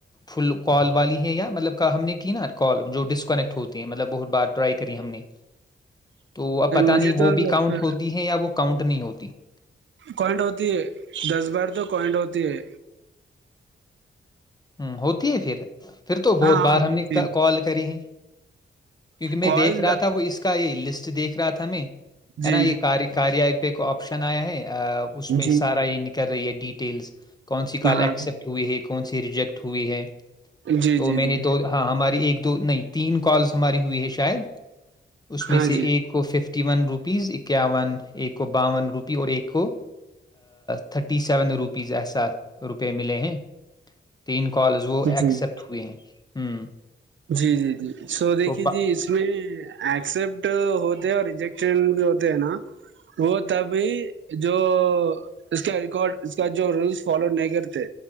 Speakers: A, on the left; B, on the right.
A: فل کال والی ہے یا مطلب ہم نے کی نا کال جو ڈسکنیکٹ ہوتی ہے مطلب بہت بار ٹرائی کری ہم نے تو اب پتا
B: مجھے
A: نہیں
B: تو
A: وہ بھی
B: لگتا
A: کاؤنٹ ہوتی ہے یا وہ کاؤنٹ نہیں ہوتی ی <inaudible>
B: کوائنٹ ہوتی ہے دس بار تو کوئنٹ ہوتی ہے
A: ہوں ہوتی ہے پھر پھر تو بہت
B: ہاں ہاں
A: بار
B: ہوتی
A: ہم نے
B: ہے
A: کال کری ہے کیونک میں
B: کال
A: دیکھ رہا تھا وہ اس کا یہ لسٹ دیکھ رہا تھا میں ا
B: جی
A: نا یہ کاری کاری آئیت کو آپشن آیا ہے اس میں
B: جی
A: سارا یہ نکل رہی ہے ڈی ٹیلس <inaudible> کون سی کال
B: ہاں
A: ایکسپٹ ہوئی ہے کون سی ریجیکٹ ہوئی ہے
B: جی
A: تو
B: جی
A: میں
B: جی
A: نے تو ہاں ہماری ایک <inaudible> دو نہیں تین کالس <inaudible> ہماری ہوئی ہے شاید <inaudible> اس میں
B: ہاں
A: سے
B: جی
A: ایک کو ففٹی ون روپ <inaudible> اکیاون ایک کو باون روپی اور ایک کو تھرٹی سیون روپیز ایسا روپئے ملے ہیں تین <inaudible> کالز وہ
B: جی
A: ایکسپٹ ہوئے ہیں <inaudible>
B: جی جی جی <inaudible> سو دیکھیے
A: تو با-
B: جی اس میں ایکسپٹ ہو <inaudible> اور ریجیکٹ بھی ہوتے ہیں نا وہ تبھی جو اس کا ریکارڈ اس کا جو رولس فالو نہیں کرتے